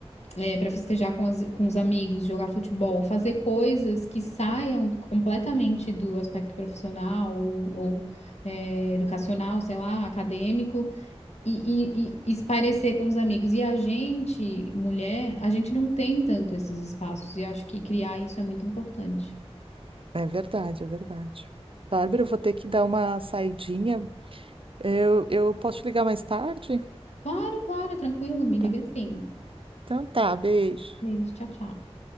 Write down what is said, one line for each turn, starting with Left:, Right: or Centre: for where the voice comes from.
Left: é, para festejar com, as- com os amigos, jogar futebol, fazer coisas que saiam completamente do aspecto profissional ou, ou, é, educacional, sei lá, acadêmico, e, e, e espairecer com os amigos. E a gente, mulher, a gente não tem tanto esses espaços, e eu acho que criar isso é muito importante.
Right: É verdade, é verdade. Bárbara, eu vou ter que dar uma saidinha. Eu, eu posso te ligar mais tarde?
Left: Claro, claro, tranquilo, me liga
Right: Tá.
Left: sim.
Right: Então tá, beijo.
Left: Beijo, Tchau, tchau.